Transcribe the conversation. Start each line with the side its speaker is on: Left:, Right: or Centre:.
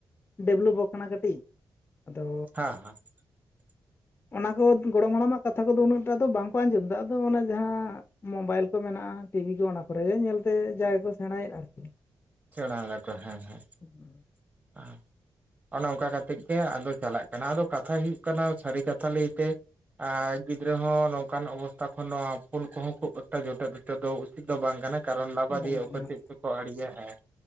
Left: ᱰᱮᱵᱷᱞᱚᱯᱚᱜ ᱟᱠᱟᱱᱟ ᱠᱟᱹᱴᱤᱡ ᱟᱫᱚ
Right: ᱦᱮᱸ <inaudible>
Left: ᱚᱱᱟ ᱠᱚ ᱜᱚᱲᱚᱢ ᱦᱟᱲᱟᱢᱟᱜ ᱠᱟᱛᱷᱟ ᱠᱚᱫᱚ ᱩᱱᱟᱹᱜ ᱴᱟ ᱟ ᱫᱚ ᱵᱟᱝᱠᱚ ᱟᱸᱡᱚᱢᱫᱟ᱾ ᱟᱫᱚ ᱚᱱᱟ ᱡᱟᱦᱟᱸ ᱢᱳᱵᱟᱭᱤᱞ ᱠᱚ ᱢᱮᱱᱟᱜᱼᱟ, ᱴᱤᱵᱷᱤ ᱠᱚ ᱚᱱᱟ ᱠᱚᱨᱮᱜᱮ ᱧᱮᱞᱛᱮ ᱡᱟᱜᱮᱠᱚ ᱥᱮᱬᱟᱭᱮᱫ ᱟᱨᱠᱤ᱾
Right: ᱥᱮᱬᱟᱭ ᱫᱟᱠᱚ ᱦᱮᱸ ᱦᱮᱸ
Left: ᱦᱩᱸ
Right: ᱚ ᱚᱱᱮ ᱚᱝᱠᱟ ᱠᱟᱛᱮᱜ ᱜᱮ ᱟᱫᱚ ᱪᱟᱞᱟᱜ ᱠᱟᱱᱟ ᱟᱫᱚ ᱠᱟᱛᱷᱟ ᱦᱩᱭᱩᱜ ᱠᱟᱱᱟ ᱥᱟᱹᱨᱤ ᱠᱟᱛᱷᱟ ᱞᱟᱹᱭᱛᱮ ᱮᱸ ᱜᱤᱫᱽᱨᱟᱹ ᱦᱚᱸ ᱱᱚᱝᱠᱟᱱ ᱚᱵᱚᱥᱛᱟ ᱠᱷᱚᱱ ᱱᱚᱣᱟ ᱯᱷᱳᱱ ᱠᱚᱦᱚᱸ ᱠᱷᱩᱵ ᱮᱠᱴᱟ ᱡᱚᱴᱮᱫ ᱦᱚᱴᱮᱫ ᱫᱚ ᱩᱪᱤᱛ ᱫᱚ ᱵᱟᱝ ᱠᱟᱱᱟ᱾ ᱠᱟᱨᱚᱱ ᱞᱟᱵᱟᱫᱤᱭᱟᱹ
Left: ᱵᱟᱝ ᱠᱟᱱᱟ
Right: ᱚᱠᱚᱭ ᱪᱮᱫ ᱠᱚᱠᱚ ᱟᱲᱮᱭᱟ ᱦᱮᱸ